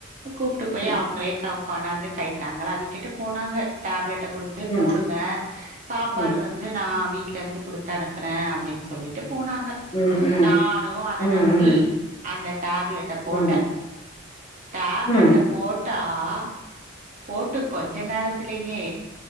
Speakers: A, on the right; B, on the left.
A: கூப்ட்டு போய்
B: ம்
A: அவங்களே க கொண்டாந்து கைத்தாங்கலா விட்டுட் ட்டு போனாங்க டேப்லெட் கிட்ட கொடுத்து
B: ம்
A: போடுங்க சாப்பாடு
B: ம்
A: வந்து நா வீட்ல இருந்து குடுத்து அனுப்புறேன் அப்டின்னு சொல்லிட்டு போனாங்க
B: ம் ம்
A: நானும் அத
B: ம் ம்
A: நம்பி அந்த டேப்லெட்டை போட்டேன்
B: ம்
A: டேப்லெட்ட
B: ம்
A: போட்டா ஆ போட்டு கொஞ்ச நேரத்துலயே